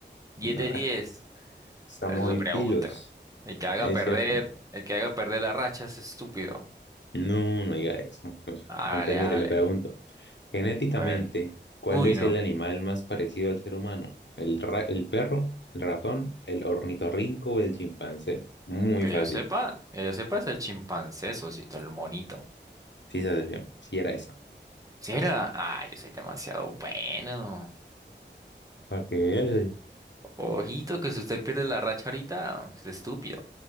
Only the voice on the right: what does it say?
diez
de diez
A ver, socio,
pregúnteme.
El que haga
perder,
el que haga perder la racha es estúpido.
Hágale,
hágale.
A ver.
Uy,
no.
Que
yo sepa, que yo sepa es el chimpancé, socito, el monito.
¿Será? Ah, yo soy demasiado bueno.
Ojito, que si usted pierde la racha ahorita, es estúpido.